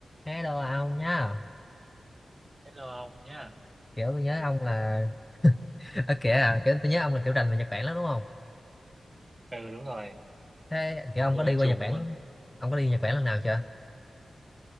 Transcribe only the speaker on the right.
Hello ông nhá.
Ừ đúng rồi,
tôi
là
trùm
luôn.